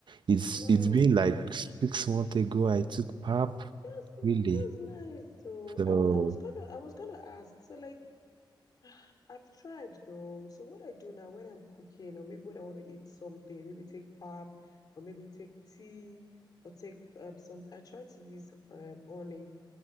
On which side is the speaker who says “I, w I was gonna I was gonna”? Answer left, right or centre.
Left